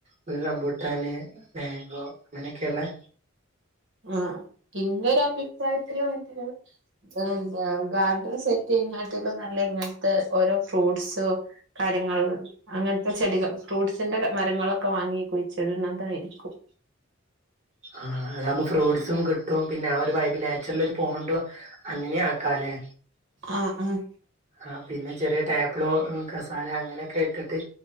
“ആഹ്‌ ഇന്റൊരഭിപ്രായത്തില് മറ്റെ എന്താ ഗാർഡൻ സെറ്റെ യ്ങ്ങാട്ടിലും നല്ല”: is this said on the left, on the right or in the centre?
Right